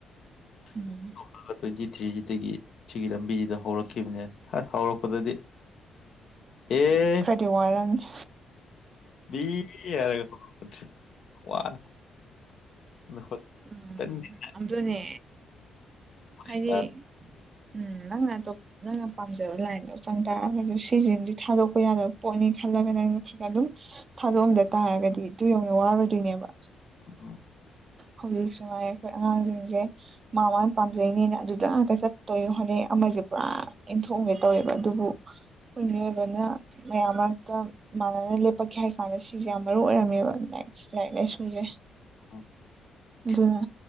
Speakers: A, on the left; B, on the right.
A: <unintelligible>
B: ꯎꯝ
A: ꯇ꯭ꯋꯦꯟꯇꯤ ꯊ꯭ꯔꯤ ꯁꯤꯒꯤ ꯁꯤꯒꯤ ꯂꯝꯕꯤꯁꯤꯗ ꯍꯧꯔꯛꯈꯤꯕꯅꯦ ꯑꯁ ꯍꯧꯔꯛꯄꯗꯗꯤ ꯑꯦ
B: ꯈꯔꯗꯤ ꯋꯥꯔꯝꯅꯤ
A: <unintelligible> ꯋꯥꯅ <unintelligible>
B: ꯎꯝ ꯑꯗꯨꯅꯦ ꯍꯥꯏꯗꯤ
A: ꯈꯤꯇꯪ
B: ꯎꯝ ꯅꯪꯅ ꯑꯇꯣꯞ ꯅꯪꯅ ꯄꯥꯝꯖꯕ ꯂꯥꯏꯟꯗꯣ ꯆꯪ ꯇꯥꯔꯒꯖꯨ ꯁꯤꯁꯤꯃꯗꯤ ꯊꯥꯗꯣꯛꯄ ꯌꯥꯗꯕ ꯄꯣꯠꯅꯤ ꯈꯜꯂꯒ ꯅꯪ ꯈꯜꯂ ꯑꯗꯨꯝ ꯊꯥꯗꯣꯛꯑꯝꯗ ꯇꯥꯔꯒꯗꯤ ꯇꯨ ꯌꯧꯅ ꯋꯥꯔꯣꯏꯗꯣꯏꯅꯦꯕ
A: ꯎꯝ ꯎꯝ
B: ꯍꯧꯖꯤꯛꯁꯨꯉꯥꯏꯔꯦ ꯑꯩꯈꯣꯏ ꯑꯉꯥꯡꯁꯤꯡꯁꯦ ꯃꯥ ꯃꯥꯅ ꯄꯥꯝꯖꯩꯅꯦꯅ ꯑꯗꯨꯗ ꯉꯥꯛꯇ ꯆꯠꯇꯣꯏ ꯍꯣꯠꯅꯩ ꯑꯃꯁꯦ ꯄꯨꯔꯥ ꯏꯟꯊꯣꯛꯑꯝꯒꯦ ꯇꯧꯋꯦꯕ ꯑꯗꯨꯕꯨ ꯑꯩꯈꯣꯏ ꯃꯤꯑꯣꯏꯕꯅ ꯃꯌꯥꯝ ꯃꯔꯛꯇ ꯃꯥꯟꯅꯅ ꯂꯦꯞꯄꯛꯀꯦ ꯍꯥꯏ ꯀꯥꯟꯗ ꯁꯤꯁꯦ ꯌꯥꯝ ꯃꯔꯨ ꯑꯣꯏꯔꯝꯃꯦꯕ ꯂꯥꯏꯔꯤꯛ ꯂꯥꯏꯔꯤꯛ ꯂꯥꯏ ꯁꯨꯁꯦ
A: <unintelligible>
B: ꯑꯗꯨꯅ